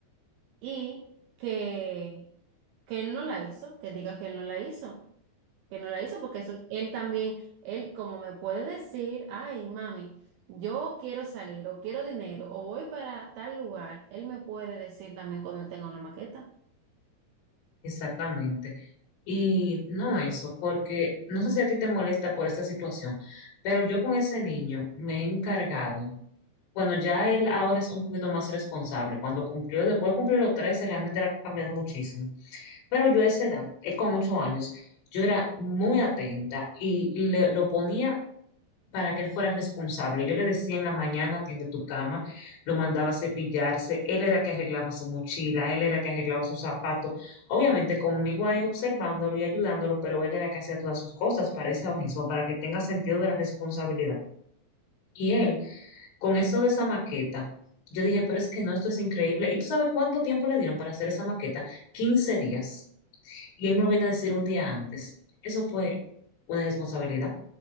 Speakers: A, on the right; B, on the left.
A: y que, que él no la hizo, que diga que él no la hizo, que no la hizo, porque eso, él también, él como me puede decir, ay, mami, yo quiero salir o quiero dinero o voy para tal lugar, él me puede decir también cuando él tenga una maqueta.
B: Exactamente. Y no eso, porque no sé si a ti te molesta por esta situación, pero yo con ese niño me he encargado. Bueno, ya él ahora es un poquito más responsable. Cuando cumplió, después de cumplir los 13, realmente le ha cambiado muchísimo. Pero yo a esa edad, él con ocho años, yo era muy atenta y le- lo ponía para que él fuera responsable. Yo le decía en la mañana, atiende tu cama, lo mandaba a cepillarse, él era que arreglaba su mochila, él era que arreglaba sus zapatos, obviamente conmigo ahí observándolo y ayudándolo, pero él era que hacía todas sus cosas para eso mismo, para que tenga sentido de la responsabilidad. Y él, con eso de esa maqueta, yo dije, pero es que no, esto es increíble. ¿Y tú sabes cuánto tiempo le dieron para hacer esa maqueta? quince días. Y él me lo viene a decir un día antes. Eso fue una responsabilidad.